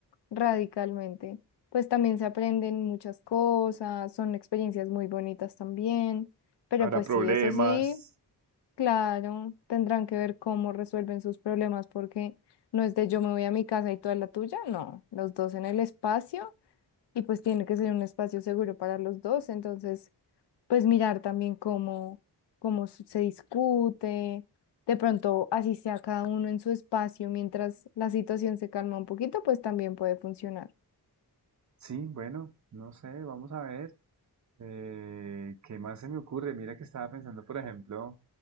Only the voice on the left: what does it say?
radicalmente. Pues también se aprenden muchas cosas, son experiencias muy bonitas también, pero
pues
sí, eso sí, claro, tendrán que ver cómo resuelven sus problemas porque no es de yo me voy a mi casa y tú a la tuya, no, los dos en el espacio y pues tiene que ser un espacio seguro para los dos, entonces pues mirar también cómo, cómo s- se discute, de pronto así sea cada uno en su espacio mientras la situación se calma un poquito, pues también puede funcionar.